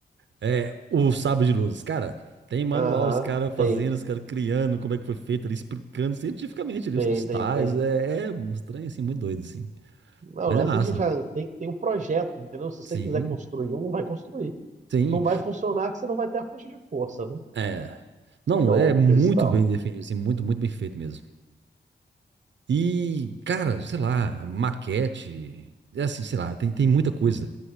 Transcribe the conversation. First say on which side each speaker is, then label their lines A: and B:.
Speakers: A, on the right; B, on the right.
A: É, o Sabre de Luz, cara, tem manual,
B: Aham,
A: os caras fazendo,
B: tem,
A: os caras criando, como é que foi feito ali, explicando cientificamente ali
B: tem,
A: os cristais.
B: tem, tem.
A: É, é um estranho, assim, muito doido, assim.
B: Não,
A: Mas
B: não
A: é
B: é
A: massa.
B: assim que faz, tem, tem um projeto, entendeu? Se você
A: Sim,
B: quiser construir um, vai construir.
A: sim.
B: Não vai funcionar que você não vai ter a fonte de força, né?
A: É. Não,
B: Que é o
A: é muito
B: cristal.
A: bem definido, assim, muito, muito bem feito mesmo. E, cara, sei lá, maquete, é assim, sei lá, tem, tem muita coisa.